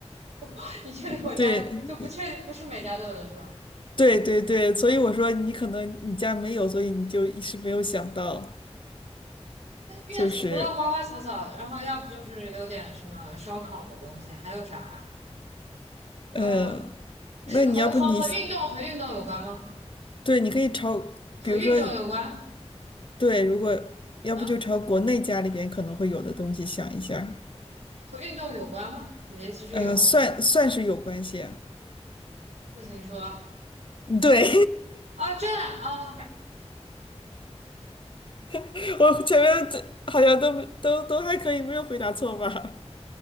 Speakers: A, on the right; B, on the left.
A: <laughs> 你确定我家就不确定不是每家都有的是吧？
B: 对对对对，所以我说你可能你家没有，所以你就一时没有想到，
A: 院子除了花花草草，
B: 就是
A: 然后要不就是有点什么烧烤的东西，还有啥
B: 嗯，
A: 嗯，呃
B: 那你要不你
A: 是和和和运动和运动有关吗？
B: 对，你可以朝，
A: 和运动有关？
B: 比如说对，如果要不就朝国内家里边可能会有的东西想一下，
A: 嗯，和运动有关吗？你的意思是有
B: 嗯，算算是有关系啊
A: 自行车
B: 对，
A: 啊？真的啊，
B: <laughs> 我前面这好像都都都还可以，没有回答错吧？